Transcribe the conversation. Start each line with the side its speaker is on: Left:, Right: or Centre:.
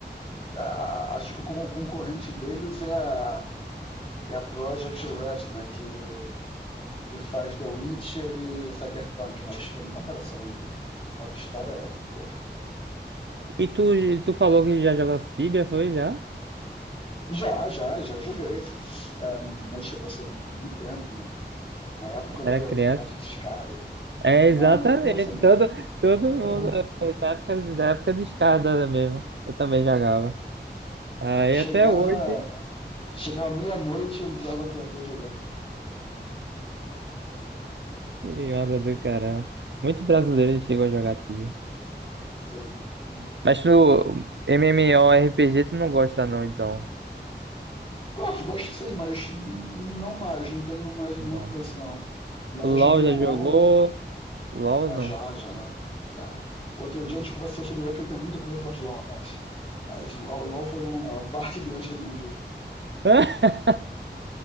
Left: Ah, acho que o con- concorrente deles é a, é a Project Red, né? Que, que faz The Witcher e Cyberpunk, mas tem nem comparação ainda. Rockstar é, porra.
Right: E tu, tu falou que já jogou Tibia, foi já?
Left: Já, já, já joguei. É, mas, tipo assim, muito tempo, né? Na época da,
Right: Era criança.
Left: da internet de escada.
Right: É,
Left: Não,
Right: exatamente.
Left: não era criança, não.
Right: Todo, todo
Left: Ah,
Right: mundo, é, da época, da época de escada mesmo. Eu também jogava. Aí
Left: Chegava,
Right: até hoje,
Left: chegava meia-noite e entrava pra, pra jogar.
Right: que me onda do caramba. Muito brasileiro chegou a jogar Tibia.
Left: Sim, muito.
Right: Mas no MMORPG tu não gosta não, então.
Left: Gosto, gosto sim, mas não mais, não tenho mais nenhuma
Right: Não.
Left: pressa, não. Mas
Right: LOL
Left: já joguei
Right: já
Left: o WoW.
Right: jogou? LOL
Left: Ah,
Right: não.
Left: já, já, já. Outro dia a gente conversou sobre LoL, que tem muita coisa pra falar de LoL, rapaz. Mas LoL, LoL foi uma parte <laughs> grande da minha vida.
Right: <laughs>